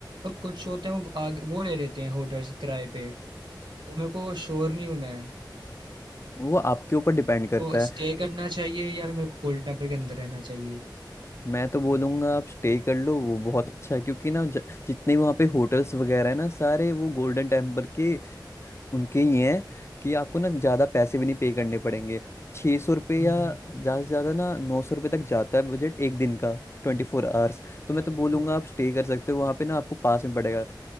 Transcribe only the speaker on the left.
वो आपके ऊपर डिपेंड करता
है वो-
मैं तो बोलूंगा आप स्टे कर लो वो बहुत अच्छा है क्योंकि ना ज- जितने वहाँ पे होटल्स वगैरह है ना सारे वो गोल्डन टेम्पल के उनके ये हैं कि आपको ना ज़्यादा पैसे भी नहीं पे करने पड़ेंगे छः सौ रुपये
या ज़्यादा से ज़्यादा ना नौ सौ रुपये तक जाता है बजट एक दिन का ट्वेंटी फोर आवर्स तो
मैं तो बोलूँगा आप स्टे कर सकते हो वहाँ पे ना आपको पास में पड़ेगा